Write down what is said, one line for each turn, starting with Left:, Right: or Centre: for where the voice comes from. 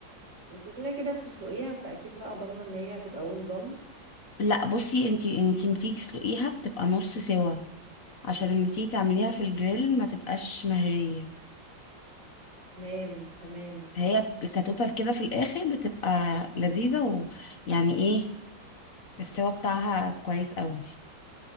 Right: انت كده كده بتسلقيها فاكيد بقى ضامنه ان هي هتبقى ويل دون
Left: لا بصي انتي انتي بتيجي تسلقيها بتبقى نص سوا عشان لما تيجي تعمليها في الجريل ما تبقاش مهرية
Right: تمام تمام
Left: هي كتوتال كده في الاخر بتبقى لذيذة ويعني ايه السوا بتاعها كويس قوي